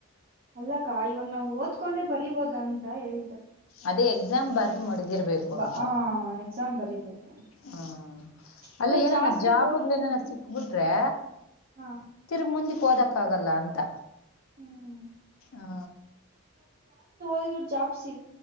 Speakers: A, on the right; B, on the left.
A: ಅಲ್ಲಕ್ಕ. ಇವಾಗ ನಾವವು ಓದ್ಕೊಂಡೆ ಬರಿೀಬೋದ ಅಂತ ಹೇಳ
B: ಅದೇ ಎಕ್ಸಾಮ್ ಬರ್ದು ಮಡಿದಿರ್ಬೇಕು
A: ಬ
B: ಅಂತ.
A: ಆ ಎಕ್ಸಾಮ್ ಬರಿಬೇಕು
B: ಹ್ಮ
A: ಅಕ್ಕ
B: ಅಲ್ಲ ಏನಾನ
A: ಜಾಸ್ತಿ
B: ಜಾಬಗ್ಲ
A: ಓದಿದ್ರುನು
B: ಏನಾನ ಸಿಕ್ಬಿಟ್ರೆ
A: ಹ
B: ತಿರ್ಗ ಮುಂದಿಕ್ ಓದಕ್ ಆಗಲ್ಲ ಅಂತ.
A: ಹ್ಮ್
B: ಹಾ
A: ದದು ಜಾಪ್ಸ